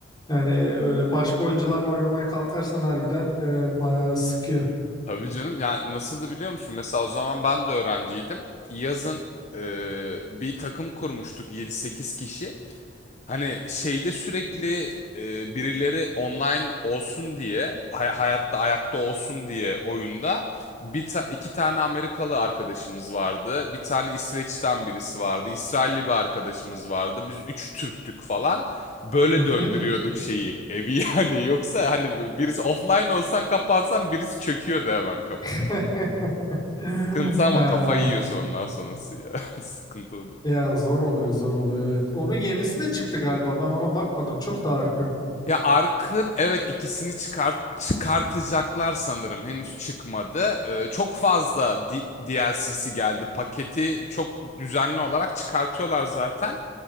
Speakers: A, on the left (about 20°); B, on the left (about 40°).
A: yani öyle başka oyuncularla oynamaya kalkarsan harbiden e, bayağı sıkıyor.
B: Tabii canım ya nasıldı biliyor musun mesela o zaman ben de öğrenciydim yazın e, bir takım kurmuştuk yedi sekiz kişi. Hani şeyde sürekli e, birileri online olsun diye, hay- hayatta ayakta olsun diye oyunda bir ta- iki tane Amerikalı arkadaşımız vardı. Bir tane İsveç'ten birisi vardı. İsrailli bir arkadaşımız vardı. Biz üç Türktük falan. Böyle
A: Hı hı.
B: döndürüyorduk şeyi, evi <laughs> yani. Yoksa hani birisi offline olsan kapansan birisi çöküyordu hemen kafana.
A: <laughs> Ah,
B: Sıkıntı ama kafayı yiyorsun ondan sonrası ya. <laughs> Sıkıntı oluyor.
A: ya zor oluyor zor oluyor evet. Onun yenisi de çıktı galiba ben ona bakmadım çok da arkın.
B: Ya Ark'ın evet ikisini çıkart çıkartacaklar sanırım. Henüz çıkmadı. Ee, çok fazla D- DLC'si geldi. Paketi çok düzenli olarak çıkartıyorlar zaten.